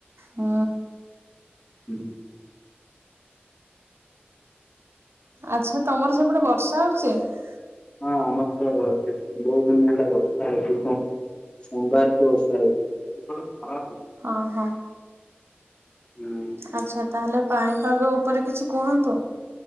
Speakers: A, on the right (about 80°); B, on the left (about 20°).
A: ହୁଁ।
B: ହୁଁ ।
A: ଆଚ୍ଛା ତମର ସେପଟେ ବର୍ଷା ହଉଛି ।
B: ହଁ ଆମର ତ କେ ବହୁତ ଦିନ ହେଲା ବର୍ଷା <inaudible> ସୋମବାର ଠୁ ବର୍ଷା ହଉଚି ।
A: ହଁ ହଁ ।
B: ହୁଁ
A: ଆଚ୍ଛା ତାହେଲେ ପାଣିପାଗ ଉପରେ କିଛି କୁହନ୍ତୁ ।